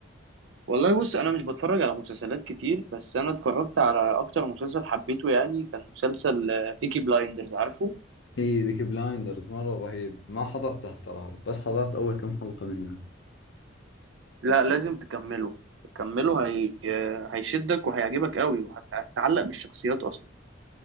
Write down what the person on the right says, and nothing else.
والله بص انا مش بتفرج على مسلسلات كتير بس انا اتفرجت على اكتر مسلسل حبيته يعني كان مسلسل بيكي بلايندرز عارفه
لا لازم تكمله كمله هي... آه، هيشدك وهيعجبك قوي وهتتعلق بالشخصيات اصلا